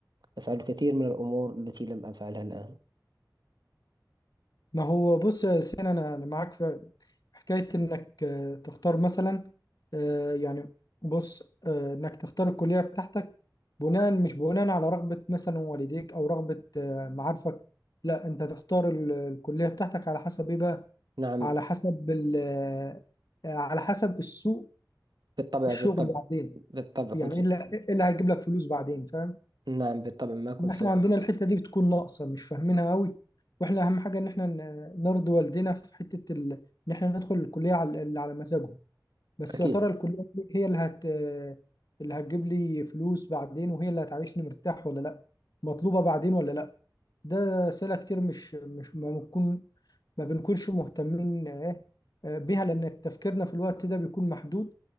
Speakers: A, on the right; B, on the left.
A: أفعل الكثير من الأمور التي لم أفعلها الآن
B: ما هو بص يا سين انا أنا معاك في حكايه انك آه، تختار مثلا آه، يعني بص آه، انك تختار الكليه بتاعتك بناء مش بناء على رغبه مثلا والديك او رغبه آه، معارفك لا انت تختار ال- الكليه بتاعتك على حسب ايه بقى
A: نعم
B: على حسب ال... آه، على حسب السوق
A: بالطبع
B: الشغل
A: بالطبع
B: بعدين
A: بالطبع
B: يعني
A: كنت
B: ايه اللي إيه اللي هيجيب لك فلوس بعدين فاهم
A: نعم بالطبع ما كنت
B: إن احنا
A: سوف
B: عندنا الحته دي بتكون ناقصه مش فاهمينها قوي واحنا اهم حاجه ان احنا ن- نرضي والدينا في حته ال... ان احنا ندخل الكليه على اللي على مزاجهم بس
A: أكيد
B: يا ترى الكليه دي هي اللي هت اللي هتجيب لي فلوس بعدين وهي اللي هتعيشني مرتاح ولا لا مطلوبه بعدين ولا لا ده اسئله كتير مش مش ما بنكون ما بنكونش مهتمين آه، آه، بيها لان تفكيرنا في الوقت ده بيكون محدود